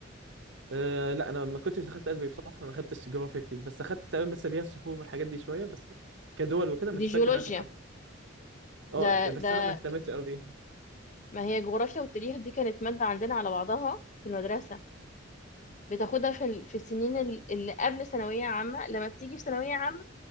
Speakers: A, on the right; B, on the left.
A: أه لا انا ما كنتش دخلت ادبي بصراحه ما خدتش جغرافيا كتير بس اخدت تقريبا بس اللي هي الصخور والحاجات دي شويه بس كدول وكده مش
B: دي
A: فاكر
B: جيولوجيا
A: إن انا اخدتها بصراحة.
B: ده
A: اه بس
B: ده
A: انا ما اهتمتش قوي بيها
B: ما هي جغرافيا والتاريخ دي كانت مادة عندنا على بعضها في المدرسة بتاخدها في ال- في السنين ال- اللي قبل ثانوية عامة لما بتيجي في ثانوية عامة